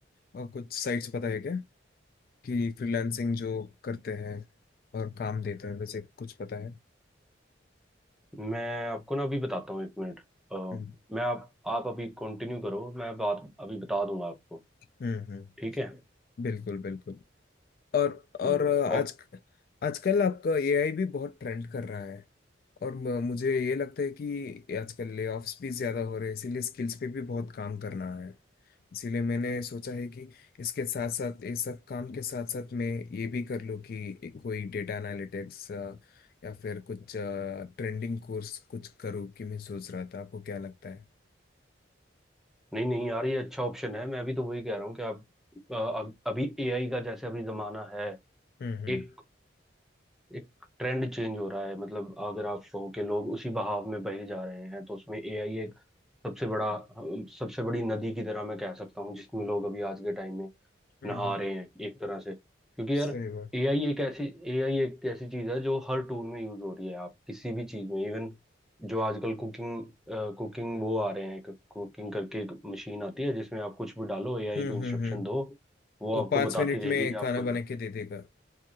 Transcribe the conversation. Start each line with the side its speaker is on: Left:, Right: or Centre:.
Left: अ, कुछ साइट्स पता है क्या कि फ्रीलांसिंग जो करते हैं और काम देते हैं वैसे कुछ पता है
Centre: मैं आपको ना अभी बताता हूँ एक मिनट अ,
Left: हम्म
Centre: मैं आप आप अभी कंटिन्यू करो मैं बात अभी बता दूंगा आपको
Left: हम्म हम्म,
Centre: ठीक है
Left: बिल्कुल बिल्कुल और और
Centre: हम्म,
Left: आज
Centre: ओ
Left: आजकल आपका एआई भी बहुत ट्रेंड कर रहा है और म- मुझे ये लगता है कि आजकल लेऑफ्स भी ज्यादा हो रहे हैं इसीलिए स्किल्स पे भी बहुत काम करना है इसीलिए मैंने सोचा है कि इसके साथ साथ इस सब काम के साथ साथ मैं ये भी कर लूँ कि कोई डेटा एनालिटिक्स या फिर कुछ ट्रेंडिंग कोर्स कुछ करूँ कि मैं सोच रहा था आपको क्या लगता है
Centre: नहीं नहीं यार ये अच्छा ऑप्शन है मैं अभी तो वही कह रहा हूँ कि आप अ, अब- अभी एआई का जैसे अभी जमाना है
Left: हम्म हम्म
Centre: एक एक ट्रेंड चेंज हो रहा है मतलब अगर आप कहो कि लोग उसी बहाव में बहे जा रहे हैं तो उसमें एआई एक सबसे बड़ा सबसे बड़ी नदी की तरह मैं कह सकता हूँ जिसमें लोग अभी आज के टाइम में
Left: हम्म
Centre: नहा
Left: हम्म,
Centre: रहे हैं एक तरह से क्योंकि यार
Left: सही बात
Centre: एआई एक ऐसी एआई एक ऐसी चीज है जो हर टूल में यूज हो रही है आप किसी भी चीज में इवन जो आजकल कुकिंग कुकिंग वो आ रहे हैं कुकिंग करके एक मशीन आती है जिसमें आप कुछ भी डालो एआई
Left: हम्म
Centre: को इंस्ट्रक्शन
Left: हम्म हम्म
Centre: दो वो
Left: वो
Centre: आपको
Left: पाँच
Centre: बताती
Left: मिनट
Centre: रहेगी
Left: में
Centre: कि
Left: खाना
Centre: आपको
Left: बना के दे देगा